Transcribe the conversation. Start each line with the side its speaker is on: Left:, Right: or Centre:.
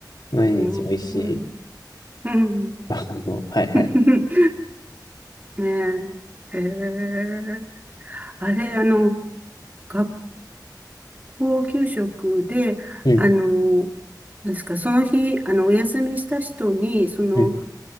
Left: 毎日美味しい。
Right: うん、うん、うん。
Left: <laughs> あの、はいはい。
Right: <laughs> ねえ。へえ。あれ、あの、学校給食で、
Left: うん、
Right: あの、なんですか、その日、あの、お休みした人に、その、
Left: うん、